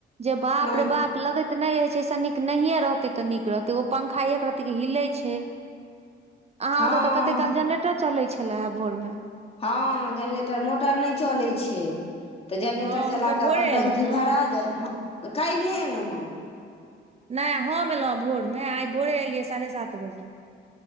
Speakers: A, on the right (about 30°); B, on the left (about 30°).
A: जे बाप
B: हँ
A: रे बाप लगे नहि होइ छै से नीक नहिऐ रहतै तऽ नीक रहतै ओ पंखा एक रत्ती क हिलै छै अहाँ
B: हँ
A: ओत्त तऽ कते काल जेनरेटर चलै छलेह भोर मे
B: हँ जेनरेटर मोटर नइ चलै छै तऽ जेनरेटर
A: हँ हम
B: चला
A: तऽ
B: कऽ
A: भोरे
B: अपन टंकी
A: एलहुँ ने
B: भरा जाय काल्हिए एलौ ह
A: नइ हम एलौ भोरमे आइ भोरे एलियै साढ़े सात बजे